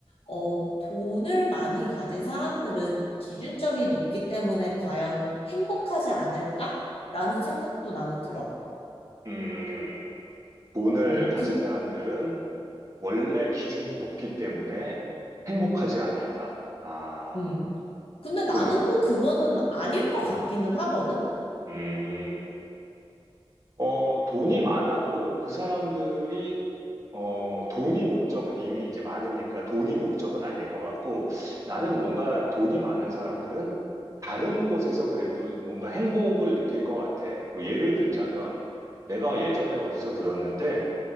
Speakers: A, on the left; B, on the right.
A: 어, 돈을 많이 가진 사람들은 기준점이 높기 때문에 과연 행복하지 않을까? 라는 생각도 나는 들어.
B: 음, 돈을
A: 음,
B: 가진
A: 그,
B: 사람들은 원래 기준이 높기 때문에 행복하지 않을까. 아,
A: 음. 근데 나는
B: 그,
A: 또 그거는 아닐 것 같기는 하거든?
B: 음, 어, 돈이
A: 어.
B: 많아도 그 사람들이 어, 돈이 목적은 이미 이제 많으니까 돈이 목적은 아닐 것 같고 나는 뭔가 돈이 많은 사람들은 다른 곳에서 그래도 뭔가 행복을 느낄 것 같아. 뭐 예를 들자면 내가 예전에 어디서 들었는데